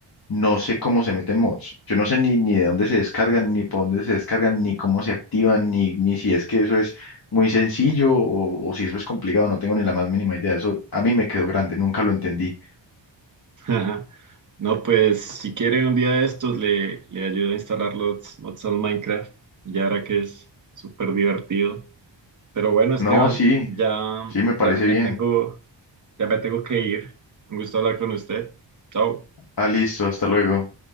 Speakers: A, on the left; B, on the right.
A: no sé cómo se meten mods. Yo no sé ni, ni de dónde se descargan, ni por dónde se descargan, ni cómo se activan, ni, ni si es que eso es muy sencillo o, o si eso es complicado. No tengo ni la más mínima idea. Eso a mí me quedó grande, nunca lo entendí.
B: Ajá. No, pues si quieren un día de estos le, le ayudo a instalar los mods al Minecraft, y ahora que es súper divertido. Pero bueno, Esteban,
A: No, sí,
B: ya,
A: sí, me
B: ya
A: parece
B: me
A: bien.
B: tengo, ya me tengo que ir. Un gusto hablar con usted. Chao.
A: Ah, listo, hasta luego.